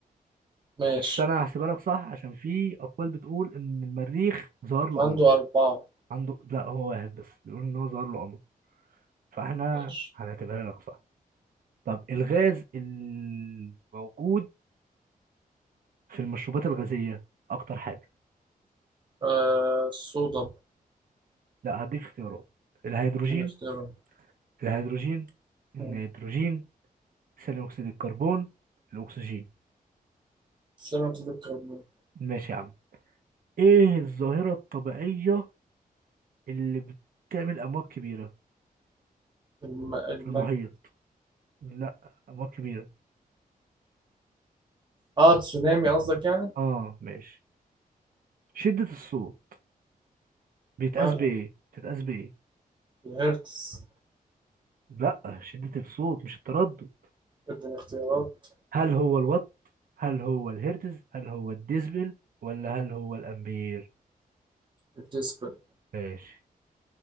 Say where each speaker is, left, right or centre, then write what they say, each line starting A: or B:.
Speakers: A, on the right; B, on the right.
A: ماشي
B: بس انا هحسبها لك صح عشان في اقوال بتقول ان المريخ ظهر له
A: عنده
B: قمر
A: أربعة
B: عنده لا هو واحد بس بيقول ان هو ظهر له قمر فاحنا
A: ماشي
B: هنعتبرها لك صح طب الغاز الموجود في المشروبات الغازية اكتر حاجة
A: آه الصودا
B: لا هديك اختيارات الهيدروجين
A: دي نختارها
B: الهيدروجين النيتروجين
A: مم.
B: ثاني اكسيد الكربون الاكسجين
A: ثاني أكسيد الكربون
B: ماشي يا عم ايه الظاهرة الطبيعية اللي بتعمل امواج كبيرة
A: الم... المادة
B: في المحيط لا امواج كبيرة
A: اه تسونامي قصدك يعني
B: اه ماشي شدة الصوت بيتقاس
A: مالها
B: بايه بتتقاس بايه
A: الهرتز
B: لا شدة الصوت مش التردد
A: اديني اختيارات
B: هل هو الوات هل هو الهرتز هل هو الديسبل ولا هل هو الأمبير
A: الديسبل
B: ماشي